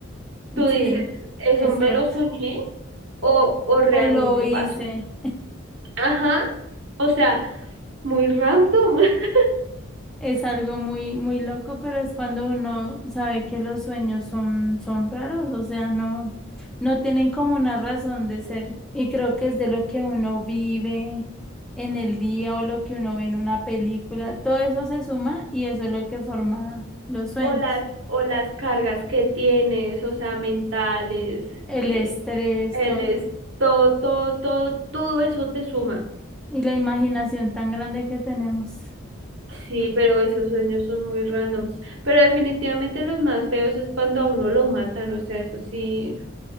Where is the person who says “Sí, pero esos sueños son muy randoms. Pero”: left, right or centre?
Right